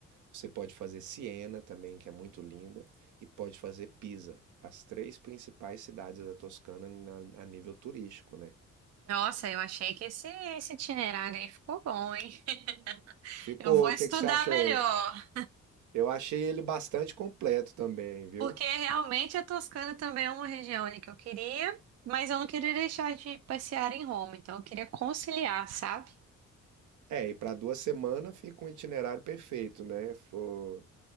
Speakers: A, on the right; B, on the right.
A: você pode fazer Siena também, que é muito linda, e pode fazer Pisa, as três principais cidades da Toscana na- a nível turístico, né?
B: Nossa, eu achei que esse, esse itinerário aí ficou bom, hein? <laughs>
A: Ficou,
B: Eu vou estudar
A: o que que você achou?
B: melhor,
A: Eu achei ele bastante completo também, viu?
B: porque realmente a Toscana também é uma região ali que eu queria, mas eu não queria deixar de passear em Roma, então eu queria conciliar, sabe?
A: É, e para duas semanas fica um itinerário perfeito, né? Fo-